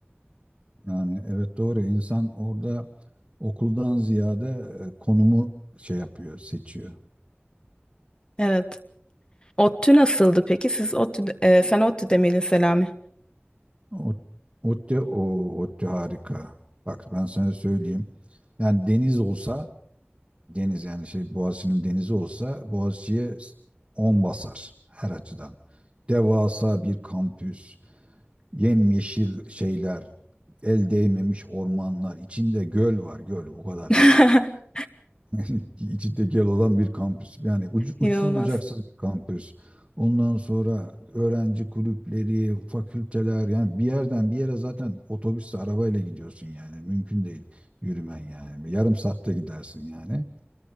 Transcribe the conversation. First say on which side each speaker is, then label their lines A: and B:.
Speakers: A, on the right; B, on the left.
A: Yani evet doğru insan orada okuldan ziyade e, konumu şey yapıyor, seçiyor.
B: Evet. ODTÜ nasıldı peki? Siz ODTÜ, e, sen ODTÜ'de miydin Selami?
A: O ODTÜ, o ODTÜ harika. Bak ben sana söyleyeyim. Yani deniz olsa deniz yani şey Boğaziçi'nin denizi olsa Boğaziçi'ye 10 basar her açıdan. Devasa bir kampüs, yemyeşil şeyler, el değmemiş ormanlar, içinde göl var göl o kadar
B: <laughs>
A: yani. <laughs> içi tekel olan bir kampüs. Yani ucu- uçsuz
B: İnanılmaz.
A: bucaksız bir kampüs. Ondan sonra öğrenci kulüpleri, fakülteler yani bir yerden bir yere zaten otobüsle arabayla gidiyorsun yani mümkün değil yürümen yani yarım saatte gidersin yani.